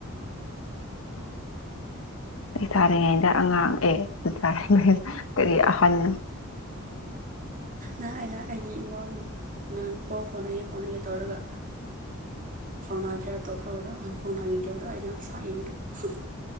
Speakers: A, on the left; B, on the right.
A: ꯂꯩꯁꯥꯥꯔꯤꯉꯩꯗ ꯑꯉꯥꯡ ꯑꯦ <unintelligible> ꯀꯔꯤ ꯑꯍꯟꯅꯣ
B: ꯅꯍꯥꯟ ꯑꯩꯅ ꯑꯩꯒꯤ ꯏꯋꯥꯎꯗꯨ <unintelligible> ꯄꯥꯎ ꯐꯥꯎꯅꯒꯦ ꯐꯥꯎꯅꯒꯦ ꯇꯧꯔꯒ ꯐꯥꯎꯅꯗ꯭ꯔꯥ ꯇꯣꯛꯈ꯭ꯔꯕꯗꯣ ꯐꯥꯎꯅꯥ ꯅꯤꯡꯖꯧꯗ ꯑꯩꯅ ꯁꯥꯎꯅꯤꯡꯉꯗꯣ <unintelligible>